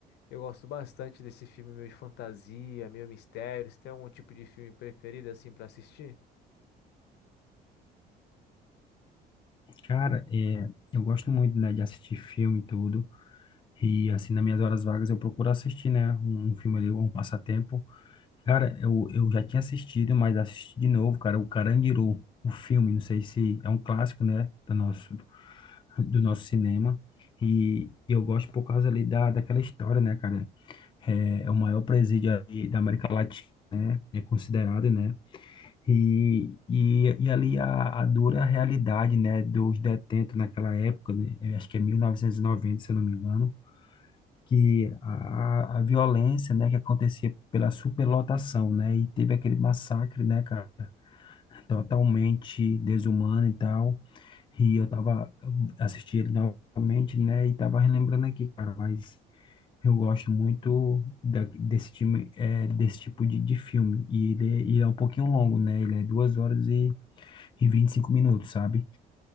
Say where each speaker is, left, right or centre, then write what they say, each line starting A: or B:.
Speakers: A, on the left; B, on the left.
A: Eu gosto bastante desse filme meio de fantasia, meio mistério. Você tem algum tipo de filme preferido, assim, para assistir?
B: Cara, é, eu gosto muito, né, de assistir filme e tudo. E assim, nas minhas horas vagas eu procuro assistir, né, um, um filme ali, um passatempo. Cara, eu, eu já tinha assistido, mas assisti de novo, cara, o Carandiru, o filme, não sei se é um clássico, né, do nosso, do nosso cinema. E eu gosto por causa ali da, daquela história, né, cara? é, é o maior presídio ali da América Latina, né? É considerado, né? E, e, e ali a, a dura realidade, né, dos detentos naquela época, né? Eu acho que é 1990, se eu não me engano, que a, a violência, né, que acontecia pela superlotação, né? E teve aquele massacre, né, cara, totalmente desumano e tal. E eu tava assistindo ele novamente, né, e tava relembrando aqui, cara, mas eu gosto muito da- desse time, é, desse tipo de, de filme. E ele, é e é um pouquinho longo, né? Ele é duas horas e, e 25 minutos, sabe?